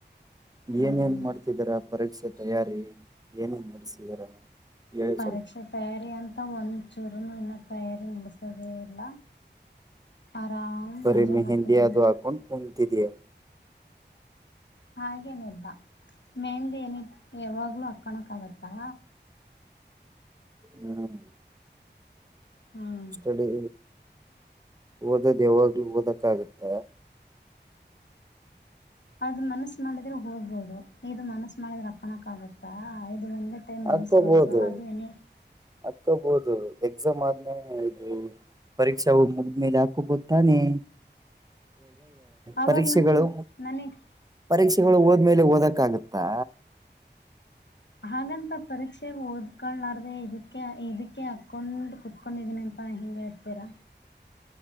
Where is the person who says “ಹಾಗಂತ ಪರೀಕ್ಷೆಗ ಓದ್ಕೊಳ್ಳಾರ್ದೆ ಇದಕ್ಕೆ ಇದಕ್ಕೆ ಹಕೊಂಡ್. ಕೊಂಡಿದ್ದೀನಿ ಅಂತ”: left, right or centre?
Left